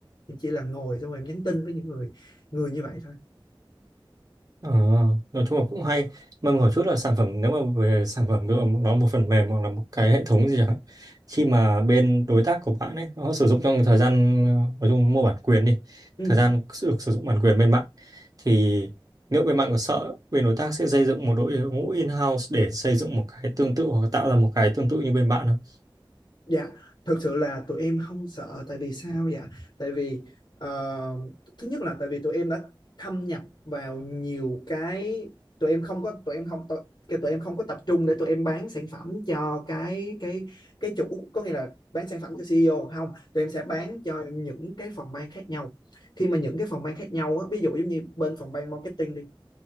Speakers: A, on the left; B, on the right.
A: em chỉ là ngồi xong rồi em nhắn tin với những người người như vậy thôi
B: Ờ, nói chung là cũng hay. Mà mình hỏi chút là sản phẩm nếu mà về sản phẩm ví dụ nó là một phần mềm hoặc là một cái hệ thống gì chẳng hạn khi mà bên đối tác của bạn ấy họ sử dụng trong thời gian ờ, nói chung mua bản quyền đi
A: ừ.
B: thời gian được sử dụng bản quyền bên bạn thì liệu bên bạn có sợ bên đối tác sẽ xây dựng một đội ngũ in-house để xây dựng một cái tương tự hoặc tạo ra một cái tương tự như bên bạn không?
A: Dạ, thực sự là tụi em không sợ tại vì sao dạ? Tại vì ờ, thứ nhất là tại vì tụi em đã thâm nhập vào nhiều cái tụi em không có tụi em không tụi, cái tụi em không có tập trung để tụi em bán sản phẩm cho cái cái cái chủ có nghĩa là bán sản phẩm cho CEO không tụi em sẽ bán cho những cái phòng ban khác nhau khi mà những cái phòng ban khác nhau á, ví dụ giống như bên phòng ban marketing đi